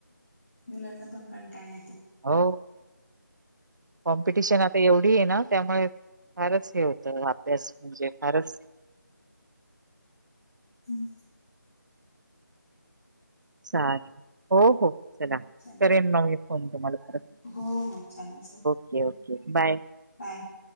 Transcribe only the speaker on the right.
हो कॉम्पिटिशन आता एवढी आहे ना त्यामुळे फारच हे होतं अभ्यास म्हणजे फारच
चालेल हो हो चला
करेन मग मी फोन तुम्हाला परत
ओके ओके बाय